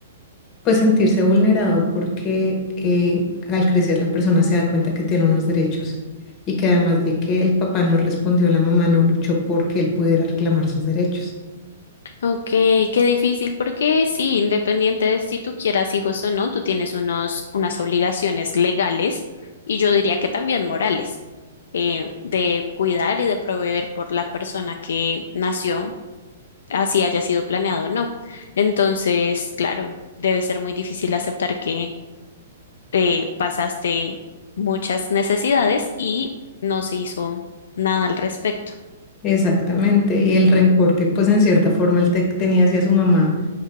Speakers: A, on the left; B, on the left.
A: Pues sentirse vulnerado porque eh, al crecer la persona se da cuenta que tiene unos derechos y que además de que el papá no respondió, la mamá no luchó porque él pudiera reclamar sus derechos.
B: Ok, qué difícil, porque sí, independiente de si tú quieras hijos o no, tú tienes unos, unas obligaciones legales y yo diría que también morales, eh, de cuidar y de proveer por la persona que nació, así haya sido planeado o no. Entonces, claro, debe ser muy difícil aceptar que eh, pasaste muchas necesidades y no se hizo nada al respecto.
A: Exactamente, y el rencor que pues en cierta forma él te- tenía hacia su mamá